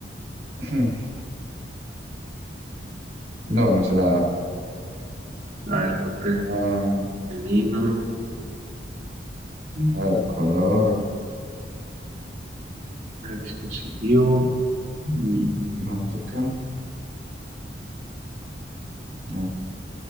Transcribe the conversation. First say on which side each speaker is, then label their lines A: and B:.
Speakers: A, on the right; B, on the right.
A: <clears throat> No, no sé nada.
B: A ver, nombre
A: Ah,
B: femenino. Un
A: a ver, color,
B: Dispositivo. Y
A: marca. No.